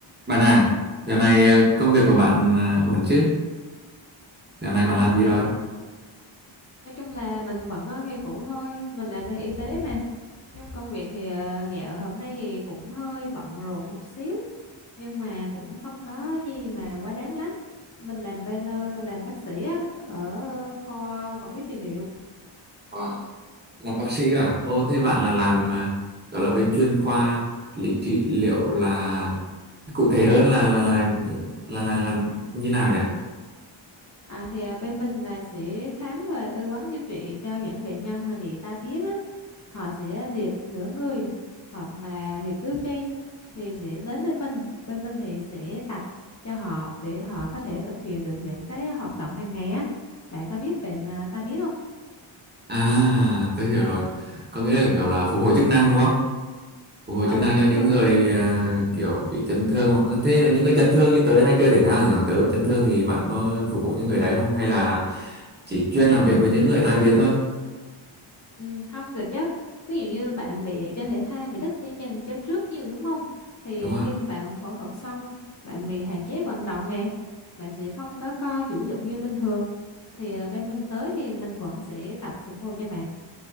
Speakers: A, on the right; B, on the left.
A: Bạn à, dạo này ờ, công việc của bạn ờ, ổn chứ? Dạo này
B: À,
A: bạn làm gì
B: thì
A: rồi?
B: à, nói chung là mình vẫn ở nghề cũ thôi mình làm bên y tế mà nhưng công việc thì ờ, dạo hôm nay thì cũng hơi bận rộn một xíu nhưng mà cũng không có gì mà quá đáng lắm mình làm bên ờ, mình làm bác sĩ á, ở kho vật lý trị liệu
A: Wow, làm bác sĩ à? Ô, thế bạn là làm ờ, gọi là bên chuyên khoa lý trị liệu là cụ thể hơn là là là là, là làm như nào nhỉ?
B: À, thì à, bên mình là sẽ khám và tư vấn điều trị cho những bệnh nhân mà bị tai biến á. Họ sẽ liệt nửa người hoặc là liệt tứ chi thì sẽ đến bên mình. Bên mình thì sẽ tập cho họ để họ có thể thực hiện được những cái hoạt động hàng ngày á. Bạn có biết bệnh à, tai biến không?
A: À, tôi hiểu rồi. Có nghĩa là kiểu là phục hồi chức năng đúng không? Phục hồi
B: Ừ
A: chức năng
B: đúng
A: cho những
B: rồi.
A: người ờ, kiểu bị chấn thương. Ờ, Thế là những người chấn thương như tớ hay chơi thể thao thì khoảng tớ bị chấn thương thì bạn có phục vụ những người đấy không? Hay là chỉ chuyên làm việc với những người tai biến thôi?
B: Ừ, không được chứ ví dụ như bạn bị chơi thể thao bị đứt dây chằng chéo trước nhiều đúng không thì
A: Đúng rồi.
B: khi mà bạn phẫu thuật xong bạn bị hạn chế vận động nè bạn sẽ không có co duỗi được như bình thường thì à, bên mình tới thì mình vẫn sẽ tập phục hồi cho bạn